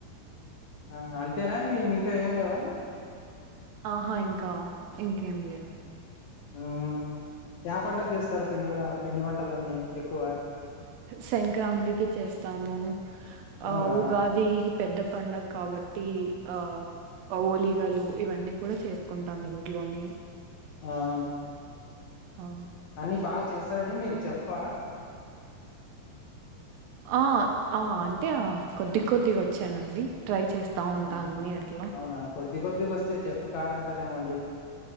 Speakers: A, on the left; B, on the right.
A: ఆ అంతేనా మిగతా ఏం లేవా
B: ఆహా ఇంకా ఇంకేం లేవండి
A: ఆ ఏ పండగ గు చేస్తారు పిండి వా పిండి వంటలన్నీ ఎక్కువ
B: సంక్రాంతికి చేస్తాము
A: అవునా
B: ఆ ఉగాది పెద్ద పండుగ కాబట్టి ఆ ఓలిగలు ఇవన్నీ కూడా చేసుకుంటాం ఇంట్లోని
A: ఆమ్
B: అ
A: అన్ని బాగా చేస్తారండి మీరు చెప్ప
B: ఆ ఆ అంటే కొద్ది కొద్దిగా వచ్చానండి ట్రై చేసు త ఉంటాది
A: ఆ,
B: ఎట్లా
A: అవునా కొద్ది కొద్దిగా వస్తే చెప్పు కాదంటారేమో అండి